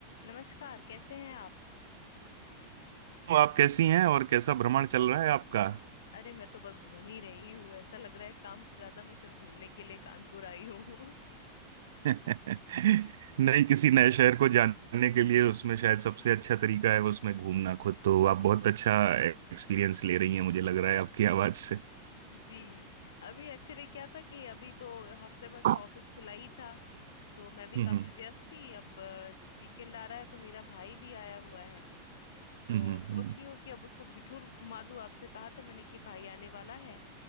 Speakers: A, on the left; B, on the right.
A: नमस्कार कैसे हैं आप
B: तो आप कैसी हैं और कैसा भ्रमण चल रहा है आपका
A: अरे मैं तो बस घूम ही रही हूँ ऐसा लग रहा है काम से ज्यादा मैं सिर्फ घूमने के लिए कानपुर आई हूँ
B: <laughs> नहीं किसी नए शहर को जानने के लिए उसमें शायद सबसे अच्छा तरीका है उसमें घूमना खुद तो आप बहुत अच्छा एक्सपीरियंस
A: <laughs>
B: ले रही हैं मुझे लग रहा है आपकी आवाज से
A: जी अभी एक्चुअली क्या था कि अभी तो हफ्ते भर से
B: हम्म
A: ऑफिस खुला ही था तो मैं भी काफी
B: हम्म
A: व्यस्त थी अब वीकेंड आ रहा है तो मेरा भाई भी आया हुआ है तो
B: हम्म,
A: सोच
B: हम्म।
A: रही हूँ कि अब उसको बिठूर घुमा दूँ आपसे कहा था मैंने कि भाई आने वाला है